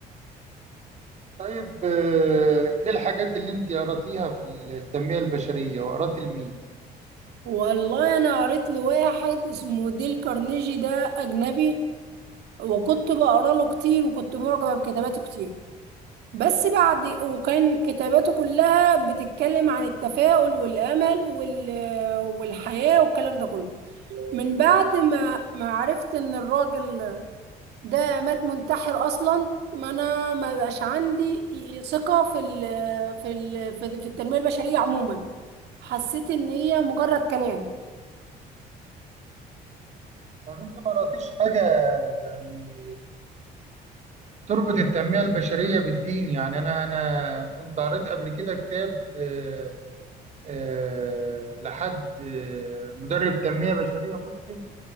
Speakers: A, on the right; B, on the right.
A: طيب آه، إيه الحاجات اللي أنت قرأتيها في التنمية البشرية وقرأت لمين؟
B: والله أنا قريت لواحد اسمه ديل كارنيجي ده أجنبي وكنت بقرأ له كتير وكنت معجبة بكتاباته كتير بس بعد وكان كتاباته كلها بتتكلم عن التفاؤل والأمل وال... والحياة والكلام ده كله من بعد ما ما عرفت إن الراجل ده مات منتحر أصلا ما أنا ما بقاش عندي ثقة في ال... في ال... في في التنمية البشرية عموما حسيت إن هي مجرد كلام
A: طب انت ما قراتيش حاجه يعني تربط التنميه البشريه بالدين يعني انا انا كنت قريت قبل كده كتاب آه، آه، لحد آه، مدرب تنميه بشريه مسلم